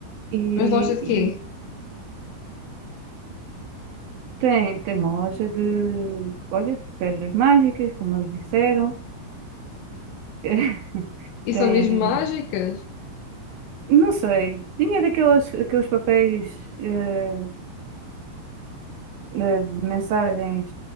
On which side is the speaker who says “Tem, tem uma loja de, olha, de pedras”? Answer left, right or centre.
Right